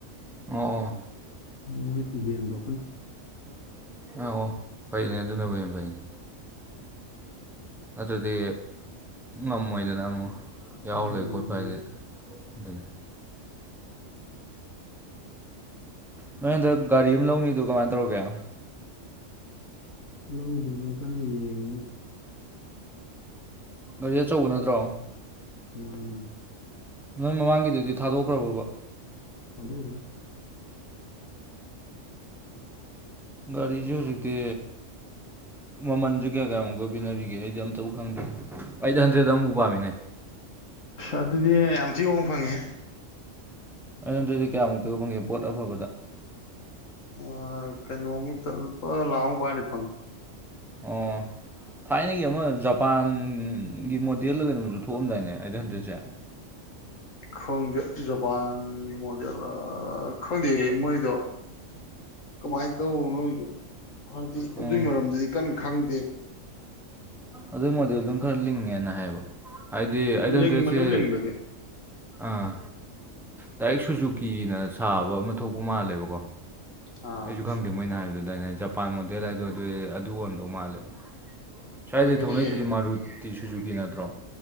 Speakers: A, in the centre; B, on the left.
A: ꯑꯣ
B: ꯃꯣꯏ ꯏꯕꯦꯟꯗ
A: ꯑꯥ ꯑꯣ ꯐꯩꯅꯦ ꯑꯗꯨꯅꯕꯨ ꯌꯥꯝ ꯐꯩꯅꯦ ꯑꯗꯨꯗꯤ ꯉꯝꯃꯣꯏꯗꯅ ꯑꯃꯨ ꯌꯥꯎ
B: ꯎꯝ
A: ꯂꯩ ꯈꯣꯠꯄ ꯍꯥꯏꯁꯦ ꯑꯗꯨꯅꯤ ꯅꯣꯏ ꯍꯟꯗꯛ ꯒꯥꯔꯤ ꯑꯃ ꯂꯧꯅꯤꯗ ꯀꯃꯥꯏꯅ ꯇꯧꯔꯒꯦ
B: ꯂꯧꯗꯨꯅꯦ ꯀꯟꯅ ꯌꯦꯡꯉꯤꯅꯦ
A: ꯒꯥꯔꯤ ꯑꯆꯧꯕ ꯅꯠꯇ꯭ꯔꯣ
B: ꯋꯥꯅꯦ
A: ꯅꯣꯏ ꯃꯃꯥꯡꯒꯤꯗꯨꯗꯤ ꯊꯥꯗꯣꯛꯈ꯭ꯔꯕꯕ
B: ꯍꯕꯕ
A: ꯒꯥꯔꯤꯁꯦ ꯍꯧꯖꯤꯛꯇꯤ ꯃꯃꯟꯁꯨ ꯀꯌꯥ ꯀꯌꯥꯃꯨꯛꯀ ꯄꯤꯅꯔꯤꯒꯦ ꯑꯩꯗꯤ ꯑꯝꯇꯕꯨ ꯈꯪꯗꯦ ꯑꯩꯠ ꯍꯟꯗ꯭ꯔꯦꯗ ꯑꯃꯐꯥꯎ ꯄꯥꯝꯃꯤꯅꯦ
B: ꯑꯗꯨꯗꯤ ꯌꯥꯝ ꯊꯤ ꯍꯡ ꯐꯪꯉꯤ
A: ꯟꯗ꯭ꯔꯗꯤ ꯀꯌꯥꯃꯨꯛꯇ ꯐꯪꯉꯦ ꯄꯣꯠ ꯑꯐꯕꯗ
B: ꯑ ꯀꯩꯅꯣꯡꯉ ꯆꯂꯄ ꯂꯥꯎꯑꯣ ꯄꯥꯗꯤꯄꯥꯪ
A: ꯎ <unintelligible> <inaudible> ꯊꯥꯏꯅꯒꯤ ꯑꯃ ꯖꯄꯥꯟꯒꯤ ꯃꯣꯗꯦꯜꯗ ꯀꯩꯅ ꯑꯃꯁꯁꯨ ꯊꯣꯛꯑꯝꯗꯥꯏꯅꯦ ꯑꯩꯗ ꯍꯟꯗꯦꯠꯁꯦ
B: ꯈꯪꯗꯦ ꯖꯄꯥꯟꯒꯤ ꯃꯣꯗꯦꯜ ꯈꯪꯗꯦ ꯃꯣꯏꯗꯣ ꯀꯃꯥꯏꯅ ꯇꯧꯕ ꯅꯣꯏꯁꯨ ꯍꯥꯏꯗꯤ
A: ꯎꯝ
B: ꯑꯗꯨꯒꯤ ꯃꯔꯝꯗꯗꯤ ꯀꯟꯅ ꯈꯪꯗꯦꯕ
A: ꯑꯗꯨꯏ ꯃꯣꯗꯦꯜ ꯑꯗꯨꯝ ꯈꯔ ꯂꯤꯡꯉꯦꯅ ꯍꯥꯏꯕ ꯍꯥꯏꯗꯤ ꯑꯩꯠ
B: ꯂꯤꯡꯕꯅꯦ
A: ꯍꯟꯗ꯭ꯔꯦꯠꯁꯦ
B: ꯂꯤꯡꯕꯗꯤ
A: ꯑꯥ ꯗꯥꯏꯔꯤꯛ ꯁꯨꯖꯨꯀꯤꯅ ꯁꯥꯕ ꯑꯃ ꯊꯣꯛꯄ ꯃꯥꯜꯂꯦꯕꯀꯣ
B: ꯑꯥ
A: ꯑꯩꯁꯨ ꯈꯪꯗꯦ ꯃꯣꯏꯅ ꯍꯥꯏꯕꯗꯨꯗꯗꯥꯏꯩꯅ ꯍꯥꯏ ꯖꯄꯥꯟ ꯃꯣꯗꯦꯜ ꯍꯥꯏꯗꯣ ꯑꯗꯨ ꯑꯗꯨ ꯑꯣꯏꯔꯝꯗꯧ ꯃꯥꯜꯂꯦ ꯁ꯭ꯋꯥꯏꯗ
B: ꯑꯣꯏꯔꯝꯒꯅꯤꯌꯦ
A: ꯊꯧꯅꯩꯗꯨꯗꯤ ꯃꯥꯔꯨꯠꯇꯤ ꯁꯨꯖꯨꯀꯤ ꯅꯠꯇ꯭ꯔꯣ